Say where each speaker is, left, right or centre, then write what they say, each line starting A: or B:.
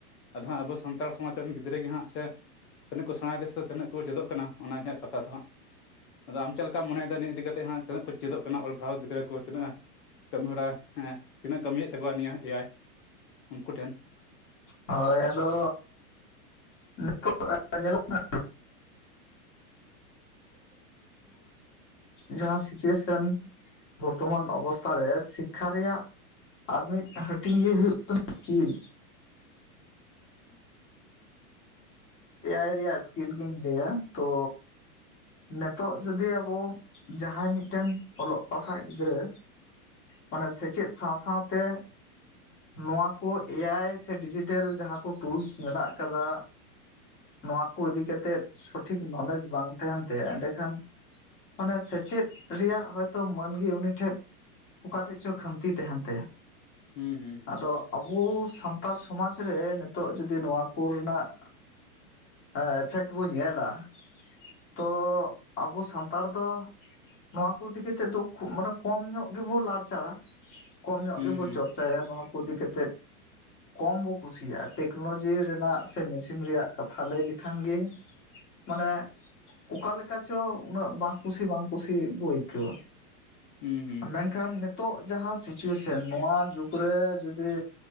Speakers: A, on the left; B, on the left.
A: ᱟᱫᱚ ᱦᱟᱸᱜ ᱟᱵᱚ ᱥᱟᱱᱛᱟᱲ ᱥᱚᱢᱟᱡᱽ ᱨᱮᱱ ᱜᱤᱫᱽᱨᱟᱹ ᱜᱮ ᱦᱟᱸᱜ ᱥᱮ ᱛᱤᱱᱟᱹᱜ ᱠᱚ ᱥᱮᱸᱬᱟᱭ ᱫᱟᱥᱮ ᱛᱤᱱᱟᱹᱜ ᱠᱚ ᱪᱮᱫᱚᱜ ᱠᱟᱱᱟ ᱚᱱᱟ ᱜᱮ ᱠᱟᱛᱷᱟ ᱫᱚ ᱦᱟᱸᱜ ᱟᱫᱚ ᱟᱢᱪᱮᱫ ᱞᱮᱠᱟᱢ ᱢᱚᱱᱮᱫᱟ ᱱᱤᱭᱟᱹ ᱤᱫᱤ ᱠᱟᱛᱮᱫ ᱦᱟᱸᱜ ᱛᱤᱱᱟᱹᱜ ᱠᱚ ᱪᱮᱫᱚᱜ ᱚᱞ ᱯᱟᱲᱦᱟᱣ ᱜᱤᱫᱽᱨᱟᱹ ᱠᱚ ᱛᱤᱱᱟᱹᱜ ᱠᱟᱹᱢᱤ ᱦᱚᱨᱟ ᱦᱮᱸ ᱛᱤᱱᱟᱹᱜ ᱠᱟᱹᱢᱤᱭᱮᱫ ᱛᱟᱠᱚᱣᱟ ᱱᱤᱭᱟᱹ ᱮᱭᱟᱭ ᱩᱱᱠᱩ ᱴᱷᱮᱱ
B: ᱦᱳᱭ ᱟᱫᱚ ᱱᱤᱛᱚᱜ ᱧᱮᱞᱚᱜ ᱠᱟᱱᱟ <inaudible> ᱡᱟᱦᱟᱸ ᱥᱤᱪᱩᱭᱮᱥᱮᱱ ᱵᱚᱨᱛᱚᱢᱟᱱ ᱚᱵᱚᱥᱛᱷᱟ ᱨᱮ ᱥᱤᱠᱠᱷᱟ ᱨᱮᱭᱟᱜ ᱟᱨ ᱢᱤᱫ ᱦᱟᱹᱴᱤᱧ ᱜᱮ ᱦᱩᱭᱩᱜ ᱠᱟᱱᱟ ᱥᱠᱤᱞ
A: ᱦᱮᱸ
B: ᱮᱭ ᱟᱭ ᱨᱮᱭᱟᱜ ᱥᱠᱤᱞ ᱜᱤᱧ ᱞᱟᱹᱭᱟ ᱛᱚ ᱱᱤᱛᱚᱜ ᱡᱩᱫᱤ ᱟᱵᱚ ᱡᱟᱦᱟᱸᱭ ᱢᱤᱫᱴᱮᱱ ᱚᱞᱚᱜ ᱯᱟᱲᱦᱟᱜ ᱜᱤᱫᱽᱨᱟᱹ ᱢᱟᱱᱮ ᱥᱮᱪᱮᱫ ᱥᱟᱶ ᱥᱟᱶᱛᱮ ᱱᱚᱣᱟ ᱠᱚ ᱮ ᱟᱭ ᱥᱮ ᱰᱤᱡᱤᱴᱮᱞ ᱡᱟᱦᱟᱸ ᱠᱚ ᱴᱩᱞᱥ ᱢᱮᱱᱟᱜ ᱟᱠᱟᱫᱟ ᱱᱚᱣᱟ ᱠᱚ ᱤᱫᱤ ᱠᱟᱛᱮᱫ ᱥᱚᱴᱷᱤᱠ ᱱᱚᱞᱮᱡᱽ ᱵᱟᱝ ᱛᱟᱦᱮᱱ ᱛᱟᱭᱟ ᱮᱸᱰᱮᱠᱷᱟᱱ ᱢᱟᱱᱮ ᱥᱮᱪᱮᱫ ᱨᱮᱭᱟᱜ ᱦᱚᱭᱛᱚ ᱢᱟᱹᱱ ᱜᱮ ᱩᱱᱤ ᱴᱷᱮᱱ ᱚᱠᱟ ᱴᱷᱮᱡ ᱪᱚ ᱠᱷᱟᱢᱛᱤ ᱛᱟᱦᱮᱱ ᱛᱟᱭᱟ
A: ᱦᱩᱸ ᱦᱩᱸ
B: ᱟᱫᱚ ᱟᱵᱚ ᱥᱟᱱᱛᱟᱲ ᱥᱚᱢᱟᱡᱽ ᱨᱮ ᱱᱤᱛᱚᱜ ᱡᱩᱫᱤ ᱱᱚᱣᱟ ᱠᱚ ᱨᱮᱱᱟᱜ ᱮ ᱮᱯᱷᱮᱠᱴ ᱵᱚ ᱧᱮᱞᱟ ᱛᱚ ᱟᱵᱚ ᱥᱟᱱᱛᱟᱲ ᱫᱚ ᱱᱚᱣᱟ ᱠᱚ ᱤᱫᱤ ᱠᱟᱛᱮᱫ ᱫᱚ ᱠᱷᱩᱵ ᱢᱟᱱᱮ ᱠᱚᱢ ᱧᱚᱜ ᱜᱮᱵᱚ ᱞᱟᱲᱪᱟᱨᱟ ᱠᱚᱢ ᱧᱚᱜ
A: ᱦᱩᱸ
B: ᱜᱮᱵᱚ ᱪᱚᱨᱪᱟᱭᱟ ᱱᱚᱣᱟ ᱠᱚ ᱤᱫᱤ ᱠᱟᱛᱮᱫ ᱠᱚᱢ ᱵᱚ ᱠᱩᱥᱤᱭᱟᱜᱼᱟ ᱴᱮᱠᱱᱳᱞᱚᱡᱤ ᱨᱮᱱᱟᱜ ᱥᱮ ᱢᱮᱥᱤᱱ ᱨᱮᱭᱟᱜ ᱠᱟᱛᱷᱟ ᱞᱟᱹᱭ ᱞᱮᱠᱷᱟᱱ ᱜᱮ ᱢᱟᱱᱮ ᱚᱠᱟ ᱞᱮᱠᱟ ᱪᱚ ᱩᱱᱟᱹᱜ ᱵᱟᱝ ᱠᱩᱥᱤ ᱵᱟᱝ ᱠᱩᱥᱤ ᱵᱚ ᱟᱹᱭᱠᱟᱹᱣᱟ
A: ᱦᱩᱸ ᱦᱩᱸ
B: ᱢᱮᱱᱠᱷᱟᱱ ᱱᱤᱛᱚᱜ ᱡᱟᱦᱟᱸ ᱥᱤᱪᱩᱭᱮᱥᱚᱱ ᱱᱚᱣᱟ ᱡᱩᱜᱽᱨᱮ ᱡᱩᱫᱤ